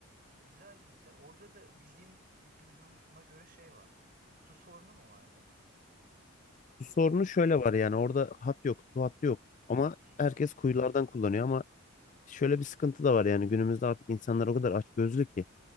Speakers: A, on the right; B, on the left.
A: Güzel güzel. Orada da bildiğim bir duyduğuma göre şey var. Su sorunu mu vardı? Su.
B: Bu sorunu şöyle var yani orada hat yok,
A: Hı
B: su hattı yok. Ama
A: hı
B: herkes kuyulardan kullanıyor ama şöyle bir sıkıntı da var yani günümüzde artık insanlar o kadar açgözlü ki